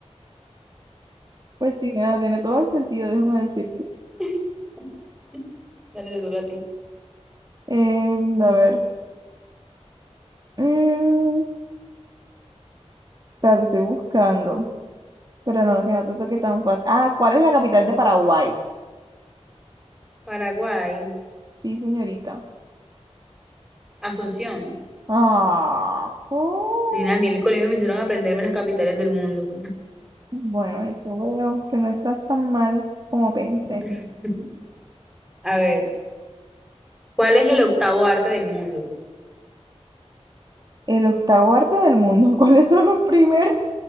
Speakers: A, on the right; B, in the centre.
A: Pues sí, nada, tiene todo el sentido, déjame decirte.
B: <laughs> Dale, te toca a ti.
A: Em, a ver. Mm, espérate, estoy buscando. Pero no, que no te toque tan fácil. Ah, ¿cuál es la capital de Paraguay?
B: Paraguay,
A: Sí, señorita.
B: Asunción.
A: Ah, oh.
B: Nena, a mí en el colegio me hicieron aprenderme las capitales del mundo.
A: Bueno, eso veo, que no estás tan mal como pensé.
B: <laughs> A ver, ¿cuál es el octavo arte del mundo?
A: El octavo arte del mundo, <laughs> ¿cuáles son los primeros?